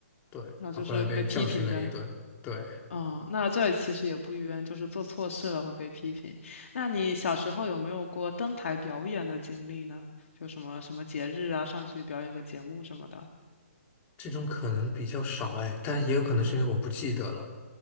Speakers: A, on the left; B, on the left.
A: 对，
B: 那就是被批评的。
A: 他回来被教训了一顿。对，
B: 嗯，那这其实也不冤，就是做错事了会被批评。那你小时候有没有过登台表演的经历呢？就什么什么节日啊，上去表演个节目什么的。
A: 这种可能比较少哎，但也有可能是因为我不记得了。
B: 嗯